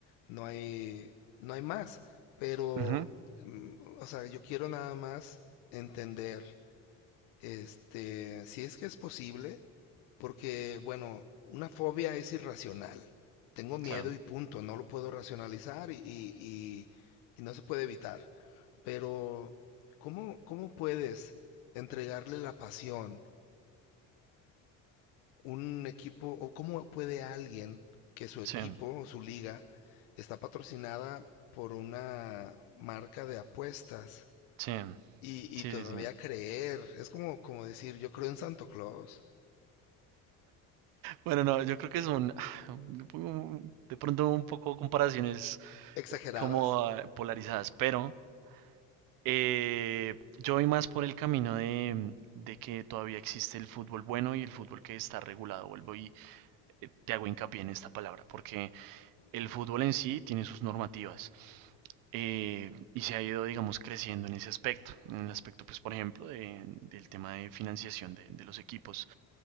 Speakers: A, on the left (about 80°); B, on the right (about 70°).
A: no hay, no hay más. Pero,
B: Ujú,
A: mm, o sea, yo quiero nada más entender, este, si es que es posible, porque, bueno, una fobia es irracional. Tengo miedo
B: Claro,
A: y punto, no lo puedo racionalizar y, y, y- y no se puede evitar. Pero, ¿cómo, cómo puedes entregarle la pasión un equipo o cómo puede alguien que su equipo
B: sí,
A: o su liga está patrocinada por una marca de apuestas
B: sí.
A: y,
B: Sí,
A: y todavía
B: sí, sí.
A: creer. Es como, como decir, yo creo en Santo Claus.
B: Bueno, no, yo creo que son, <sighs> yo pongo de pronto un poco comparaciones
A: Exageradas.
B: como ah, polarizadas, pero eh, yo voy más por el camino de, de que todavía existe el fútbol bueno y el fútbol que está regulado. Vuelvo y eh, te hago hincapié en esta palabra, porque el fútbol en sí tiene sus normativas eh, y se ha ido, digamos, creciendo en ese aspecto, en el aspecto, pues, por ejemplo, de- del tema de financiación de, de los equipos.